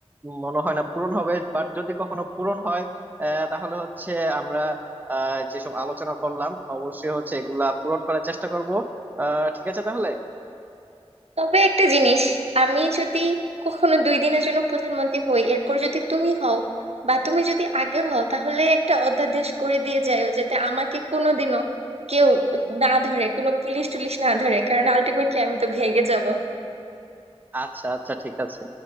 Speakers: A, on the right (about 15°); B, on the right (about 75°).
A: মনে হয় না পূরণ হবে বাট যদি কখনো পূরণ হয় আহ, তাহলে হচ্ছে আমরা আহ, যেসব আলোচনা করলাম অবশ্যই হচ্ছে এগুলা পূরণ করার চেষ্টা করব ঠিক আছে তাহলে
B: তবে একটা জিনিস আমি যদি কখনো দুই দিনের জন্য প্রধানমন্ত্রী হই এরপর যদি তুমি হও বা তুমি যদি আগে হও তাহলে একটা অধ্যাদেশ করে দিয়ে যাইও যাতে আমাকে কোনোদিনও কেউ না ধরে কোনো পুলিশ টুলিশ না ধরে কারণ আলটিমেটলি আমি তো ভেগে যাব
A: আচ্ছা আচ্ছা ঠিক আছে